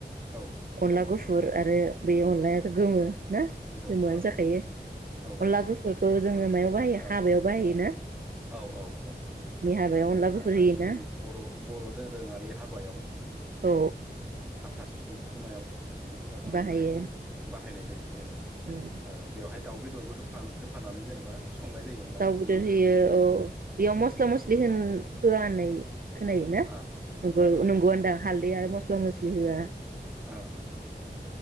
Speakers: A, in the centre; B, on the right (about 55°).
A: औ
B: अनला गुफुर आरो बे
A: अनला
B: अनलायाथ' गोमो। ना
A: गोमो
B: गोमोआनो
A: औ
B: जाखायो।
A: औ औ
B: अनला गुफुरखौ जोङो मायाव बाहायो
A: औ
B: हाबायाव बाहायो।
A: औ औ औ
B: हाबायाव
A: माने
B: अनला गुफुर
A: ओ
B: होयोना
A: जोंनि बर' बर' दो दोरोङारि हाबायाव ओ
B: औ
A: हाथासुन बि खुरनायाव अनला
B: बाहायो
A: ओंख्रिखौ बाहायनाय जायो जेनेबा
B: उम
A: ओ बेवहाय दाउ बेदरबो होफ होफानानै जेनेबा संनाय जायो अनला
B: दाउ बेदर
A: अनला ओंख्रिख
B: होयो औ बेयाव मस्ला मस्लि होन होया होननाय खोनायो। <unintelligible>
A: आहा
B: नंगौ
A: आहा
B: नंगौआनोदा हाल दै आरो मस्ला मसलि होया।
A: <unintelligible>